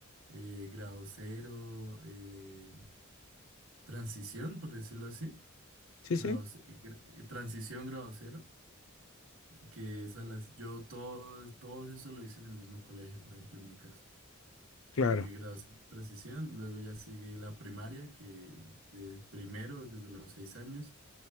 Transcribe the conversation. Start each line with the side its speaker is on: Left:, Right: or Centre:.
Right: eh, grado cero, eh, transición, por decirlo así,
Left: sí,
Right: grado,
Left: sí.
Right: ce- gr- eh, transición grado cero, que es a las, yo todos, todos eso lo hice en el mismo colegio, por ejemplo, en mi caso.
Left: Claro.
Right: Eh, grado cero, transición, luego ya sigue la primaria, que es primero desde los seis años